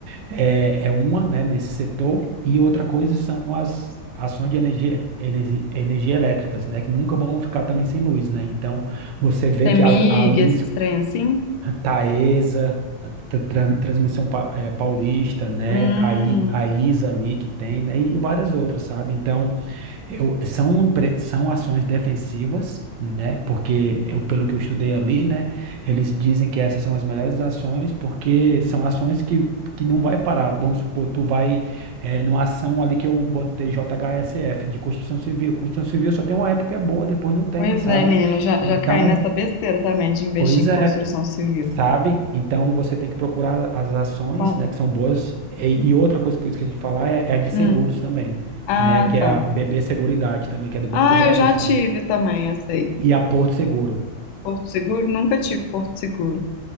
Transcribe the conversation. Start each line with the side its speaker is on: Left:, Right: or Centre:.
Right: é, é uma, né, nesse setor, e outra coisa são as ações de energia, energi- energia, elétricas, né, que nunca vão ficar também sem luz, né? Então, você vê
Left: Temig,
Right: que a, a luz
Left: esses trem assim?
Right: Taesa, a tra- tran- Transmissão pa- eh, Paulista, né,
Left: Hum.
Right: a, I- a ISA ali que tem, né, e várias outras, sabe? Então, eu, são, empre- são ações defensivas, né? Porque, eu, pelo que eu estudei ali, né? Eles dizem que essas são as melhores ações, porque são ações que, que não vai parar. Vamos supor, tu vai eh, numa ação ali que eu botei J H S F de construção civil. Construção civil só tem uma época que é boa, depois não tem,
Left: Pois
Right: sabe?
Left: é, menino, já,
Right: Então,
Left: já caí nessa besteira também de investir
Right: pois
Left: em
Right: é
Left: construção civil.
Right: sabe? Então você tem que procurar as ações,
Left: Então,
Right: né, que são boas. E, e outra coisa que eu esqueci de falar é, é a de seguros
Left: hum,
Right: também,
Left: ah,
Right: né, que
Left: tá.
Right: é a BB Seguridade também, que é do Banco
Left: Ah,
Right: do Brasil,
Left: eu já
Right: sabe?
Left: tive também essa aí.
Right: E a Porto Seguro.
Left: Porto Seguro? Nunca tive Porto Seguro.